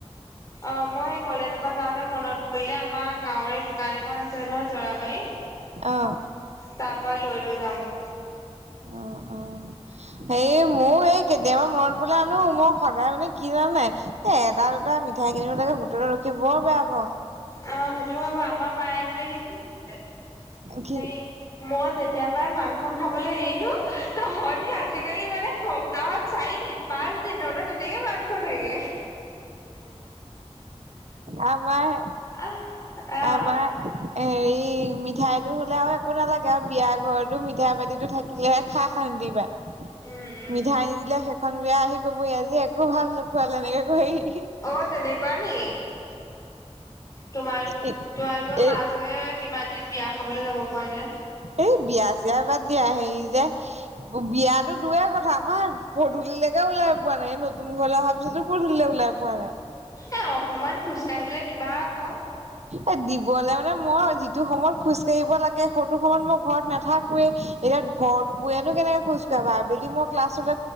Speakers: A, on the left; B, on the right.
A: অ মই সেই কলেজৰ পা যাওঁতে মনত পৰিলে আমাৰ গাঁৱৰে এই দোকান এখন আছে নহয় জৰাবাৰী
B: অ
A: তাৰপা লৈ লৈ যাওগে।
B: অ অ। হেৰি মোৰ এই কেতিয়াবা মনত পৰিলে আনো মই সদায় মানে কি জানা নাই এ এটা, দুটা মিঠাই কিনিবলে গৈ হোটেলত ৰখি বৰ বেয়া পাওঁ।
A: অ সেইটো হয় বাৰু আমাৰ মায়ে আকৌ এদিন কি কৈছে
B: কি
A: হেৰি মই যেতিয়া পৰাই মাংস খাবলে এৰিলো তহঁতি আজিকালি মানে সপ্তা সপ্তাহত চাৰিদিন, পাঁচদিন তহঁতৰ তেনেকে মাংস থাকে।
B: আমাৰ
A: অ।
B: আমাৰ হেৰি মিঠাইটো হ'লে আৰু একো একো নালাগে আৰু বিয়া ঘৰটো মিঠাই বাতিটো থাকিলেহে খাই শান্তি পায়।
A: উম উম
B: মিঠাই নিদিলে সেইখন বিয়া আহি ক'বহি আজি একো ভাল নোখোৱালে এনেকে কৈহি।
A: অ তেনেকুৱা নি? তোমাৰ
B: এ
A: তোমালোকৰ
B: এ
A: মা চাগে কিমান দিন বিয়া খাবলে যাব পৰা নাই।
B: এই বিয়া-চিয়া বাদ দিয়া হেৰি যে বিয়াটো দূৰয়ে কথা আমাৰ পধূলিলেকে ওলাই পোৱা নাই, এই নতুন ঘৰলে অহাৰ পিছতো পধূলিলে ওলাই পোৱা নাই।
A: এ অকমান খোজ কাঢ়িবলে দিবা আকৌ।
B: এ দিবলে মানে মই যিটো সময়ত খোজ কাঢ়িব লাগে সৌটো সময়ত মই ঘৰত নাথাকোৱেই। এতিয়া ভৰদুপৰিয়াত নো কেনেকে খোজ কাঢ়িব আবেলি মোৰ ক্লাছলে